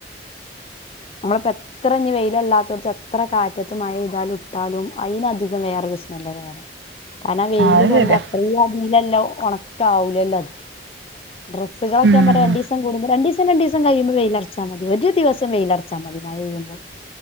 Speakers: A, on the left (about 30°); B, on the right (about 75°).
A: നമ്മളിപ്പോ എത്ര ഇനി വെയിലല്ലാത്തോടത്ത് എത്ര കാറ്റത്ത് മഴ എയ്താലും ഇട്ടാലും അതിനധികം വേറൊരു സ്മെല്ലന്നെ വേണം കാരണം ആ വെയില്
B: അത്
A: കൊണ്ട്
B: ശരിയാ
A: അത്രയും അതിലല്ലോ ഉണക്കാവൂലല്ല അത് ഡ്രസ്സുകളൊക്കൻ
B: ഉം
A: പറയാ രണ്ട് ദിവം കൂടുമ്പോൾ രണ്ടീസം രണ്ട് ദിവസ കഴിയുമ്പോ വെയിലർ ച്ചാൽ മതി ഒരു ദിവസം വെയിലർ അർച്ചാമതി മഴപെയ്യുമ്പം